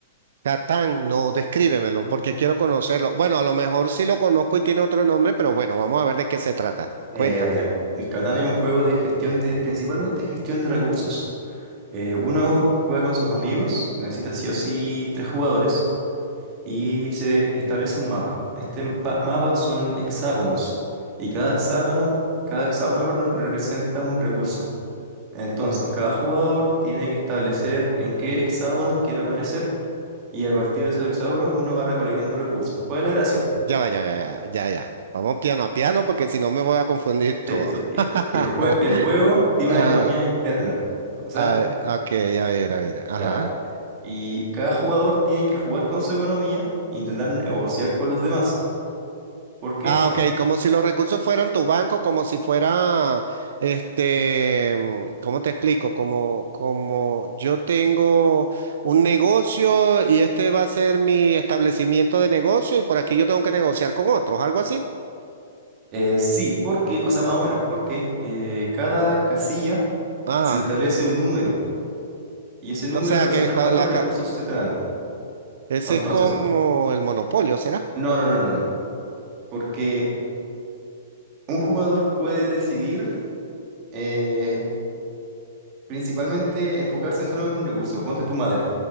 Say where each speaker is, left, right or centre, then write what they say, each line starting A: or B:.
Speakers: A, on the right; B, on the right.
A: Catán, no, descríbemelo
B: No.
A: porque quiero conocerlo. Bueno, a lo mejor sí lo conozco y tiene otro nombre, pero bueno, vamos a ver de qué se trata.
B: Eh,
A: Cuéntame.
B: a ver, el el Catán es un juego de gestión de, principalmente gestión de recursos. Eh, uno juega con sus amigos, necesita sí o sí tres jugadores. y se establece un mapa. Este pa- mapa son hexágonos y cada hexágono, cada hexágono, perdón, representa un recurso. Entonces, cada jugador tiene que establecer en qué hexágonos quiere aparecer y a partir de esos hexágonos uno va recolectando recursos. ¿Cuál es la gracia?
A: Ya va, ya, ya, ya, ya, ya. Vamos piano a piano porque si no me voy a confundir todo.
B: Sí, sí, que,
A: <laughs>
B: que el jue- el juego tiene
A: Ah,
B: una economía interna. O sea,
A: ah, ok, a ver, a ver. Ajá.
B: ya. Y cada jugador tiene que jugar con su economía e intentar negociar con los demás. ¿Por qué?
A: Ah, ok, como si los recursos fueran tu banco, como si fuera, este, mm, ¿cómo te explico? Como, como yo tengo un negocio y este va a ser mi establecimiento de negocio y por aquí yo tengo que negociar con otros, algo así.
B: Eh, sí, porque, o sea, más o menos, porque eh, cada casilla
A: Ah,
B: se le establece un número y ese número
A: o sea
B: representa
A: que cua-
B: cuántos
A: la
B: recursos
A: ca-
B: se te dan.
A: ese
B: Entonces,
A: es como el monopolio, ¿será?
B: no, no, no, no, no, porque un jugador puede decidir eh, principalmente enfocarse en solamente un recurso, ponte tu madera.